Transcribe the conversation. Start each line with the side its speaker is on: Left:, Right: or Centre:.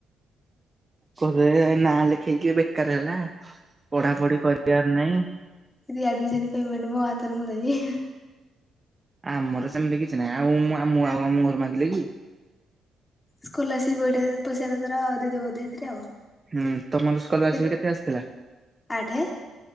Right: କହିଲେ ନା ଲେଖେଇକି ବେକାର ହେଲା। ପଢା ପଢି କରିବାର ନାହିଁ।
Left: ରି ଆଡିମିଶାରି ପେମେଣ୍ଟ ମୋ ହାତରୁ ମୁଁ ଦେବୀ।
Right: ଆ ଆମର ସେମିତି କିଛି ନାହିଁ ଆଉ ମୁଁ ଆମ ଆଉ ଆମ ଘରେ ମାଗିଲେ କି?
Left: ସ୍କୋର୍ଲାସିପି ପାଇଠା ପଇସା ଟା ତାର ଦେଇଦେବା ବୋଧେ ଏଇ ଥରେ ଆଉ।
Right: ହୁଁ ତମର ସ୍କଲାର୍ଶିପକେତେ
Left: କେ
Right: ଆସିଥିଲା?
Left: ଆଠେ